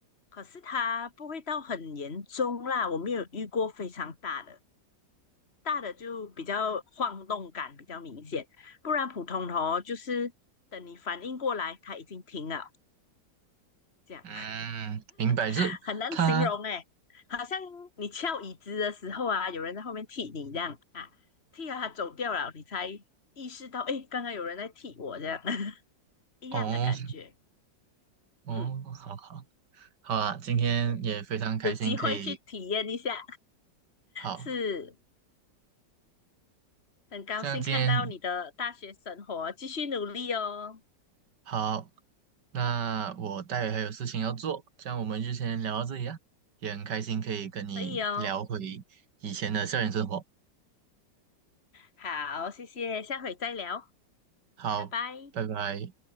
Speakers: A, on the left; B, on the right.
A: 可是它不会到很严重啦，我没有遇过非常大的，大的就比较晃动感比较明显，不然普通的哦，就是等你反应过来，它已经停了，这样
B: 嗯，明白，
A: <laughs>
B: 就是它
A: 很难形容诶，好像你翘椅子的时候啊，有人在后面踢你这样啊，踢了它走掉了，你才意识到，诶，刚刚有人在踢我这样 <laughs> 一样的感觉，
B: 哦哦，
A: 嗯。
B: 好好好啊，今天也非常开心可以
A: 对。有机会去体验一下，
B: 好，
A: 是很高兴看到你的大学生活，
B: 像今天。
A: 继续努力哦，
B: 好，那我待会还有事情要做，这样我们就先聊到这里啊。也很开心可以跟你聊回
A: 可以哦，
B: 以前的校园生活。
A: 好，谢谢，下回再聊，
B: 好，
A: 拜拜。
B: 拜拜。